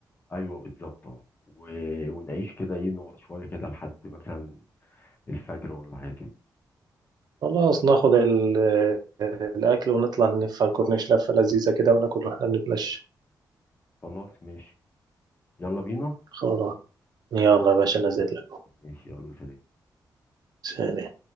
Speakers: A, on the left (about 25°); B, on the right (about 65°).
A: ايوه بالظبط اه و- ونعيش كده ايه نقعد شوية كده لحد مثلا الفجر ولا حاجة كده
B: خلاص ناخد ال- آه، الأكل ونطلع نلف على الكورنيش لفة لذيذة كده وناكل واحنا بنتمشى
A: خلاص ماشي يلا بينا
B: خلاص يلا يا باشا نازل لكم
A: ماشي يلا سلام
B: سلام